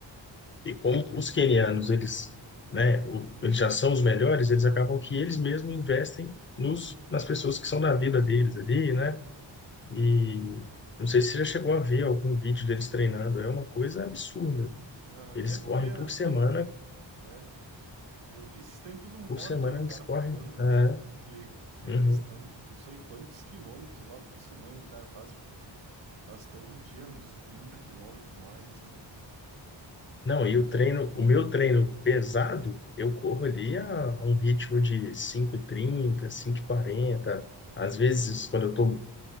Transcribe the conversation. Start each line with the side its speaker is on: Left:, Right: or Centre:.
Left: E como os quenianos, eles, né, o- eles já são os melhores, eles acabam que eles mesmos investem nos, nas pessoas que são da vida
Right: Sim.
Left: deles ali, né? E não sei se você já chegou a ver algum vídeo deles treinando, é uma coisa absurda.
Right: Aham,
Left: Eles
Right: Eu
Left: correm
Right: via
Left: por semana,
Right: a, a mu- é, eu vi esses tempos um
Left: por
Right: corte
Left: semana
Right: aí, o
Left: eles
Right: cara
Left: correm.
Right: falando
Left: é,
Right: que é questão
Left: uhum.
Right: de não sei quantos quilômetros lá por semana o cara faz, tipo, faz todo dia uns 30 quilômetros mais, assim.
Left: Não,
Right: É
Left: e
Right: absurdo.
Left: o treino, o meu treino pesado, eu corro ali a um ritmo de cinco e trinta cinco e quarenta às vezes quando eu estou